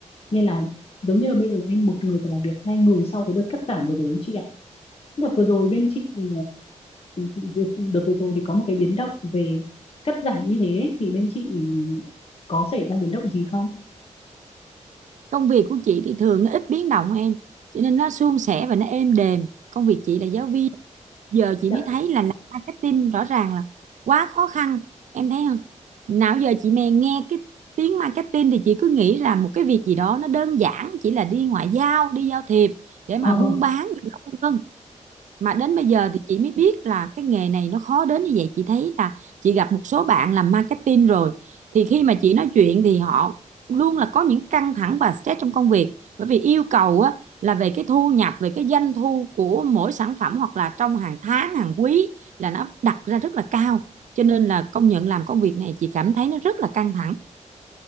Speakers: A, on the left; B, on the right.
A: nên là giống như là bây giờ em một người phải làm việc hai người sau cái đợt cắt giảm vừa rồi ấy chị ạ Đợt vừa rồi bên chị ừ, đợt đợt vừa rồi thì có một cái biến động về cắt giảm như thế ấy, thì bên chị có xảy ra biến động gì không?
B: công việc của chị thì thường nó ít biến động em cho nên nó suôn sẻ và nó êm đềm công việc chị là giáo viên giờ chị
A: Dạ.
B: mới thấy là làm marketing rõ ràng là quá khó khăn em thấy không nào giờ chị mè nghe cái tiếng marketing thì chị cứ nghĩ là một cái việc gì đó nó đơn giản chỉ là đi ngoại giao đi giao thiệp để
A: Ờ.
B: mà buôn bán gì đó vân vân mà đến bây giờ thì chị mới biết là cái nghề này nó khó đến như vậy chị thấy là chị gặp một số bạn làm marketing rồi thì khi mà chị nói chuyện thì họ luôn là có những căng thẳng và stress trong công việc bởi vì yêu cầu á, là về cái thu nhập về cái doanh thu của mỗi sản phẩm hoặc là trong hàng tháng hàng quý là nó đặt ra rất là cao cho nên là công nhận làm công việc này chị cảm thấy nó rất là căng thẳng